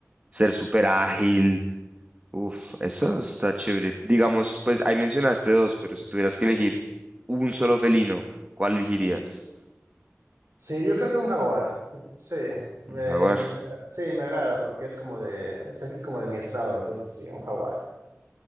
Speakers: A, on the right; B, on the right.
A: ser súper ágil. Uf, eso está chévere. Digamos, pues ahí mencionaste dos, pero si tuvieras que elegir un solo felino, ¿cuál elegirías?
B: Sí, yo creo que un jaguar, sí, me,
A: Un jaguar.
B: me- sí, me agrada porque es como de, es aquí como de mi estado, entonces sí, un jaguar.